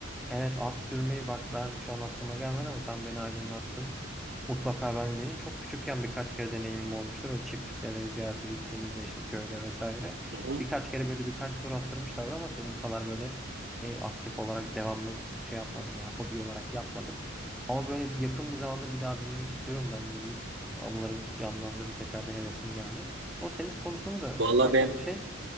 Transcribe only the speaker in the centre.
Evet at sürmeyi bak ben şu an aklıma gelmedi ama sen beni aydınlattın. Mutlaka ben de deneyeyim. Çok küçükken birkaç kere deneyimim olmuştu. Böyle çiftliklere ziyarete gittiğimizde işte köyde vesaire.
Birkaç kere böyle birkaç tur attırmışlardı ama senin kadar böyle e, aktif olarak devamlı şey yapmadım ya hobi olarak yapmadım. Ama böyle bir yakın bir zamanda bir daha binmek istiyorum. Ben de bir bir anılarım canlandı bir tekrar bir hevesim geldi. O tenis konusunda da
ufak
hani şey